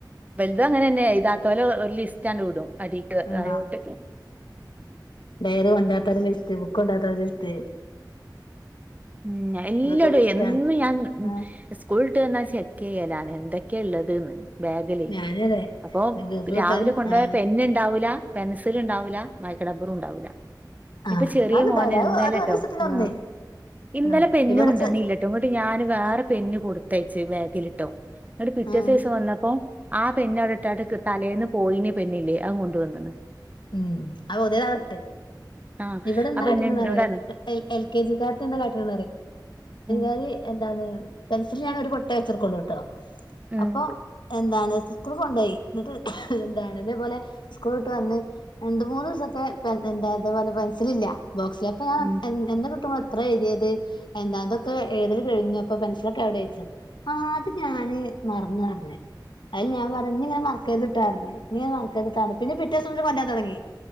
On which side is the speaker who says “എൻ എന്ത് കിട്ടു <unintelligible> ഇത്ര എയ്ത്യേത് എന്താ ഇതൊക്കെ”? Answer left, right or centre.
Left